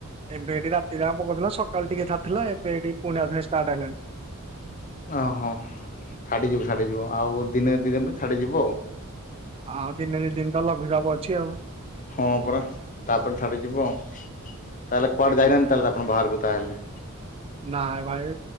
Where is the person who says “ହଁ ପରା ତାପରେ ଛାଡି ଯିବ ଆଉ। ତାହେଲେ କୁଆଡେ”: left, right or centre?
Left